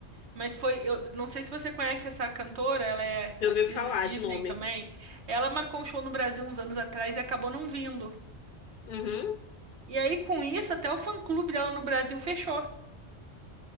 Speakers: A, on the right; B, on the left.
A: mas foi, eu não sei se você conhece essa cantora, ela é
B: Já
A: atriz
B: ouvi falar
A: da Disney
B: de nome.
A: também. Ela marcou um show no Brasil uns anos atrás e acabou não vindo.
B: Uhum.
A: E aí, com isso, até o fã-clube dela no Brasil fechou. O